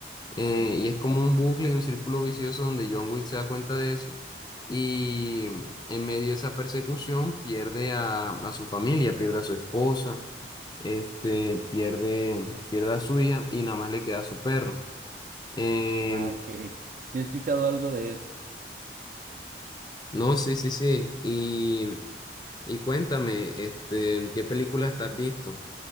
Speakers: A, on the left (about 25°); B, on the right (about 45°).
A: eh, y es como un bucle, un círculo vicioso donde John Wick se da cuenta de eso y mm, en medio de esa persecución pierde a, a su familia, pierde a su esposa, este, pierde, pierde a su hija y nada más le queda a su perro. Em,
B: Ah, ok. Sí he escuchado algo de eso.
A: no, sí, sí, sí. Y, y cuéntame, este, ¿qué películas te has visto?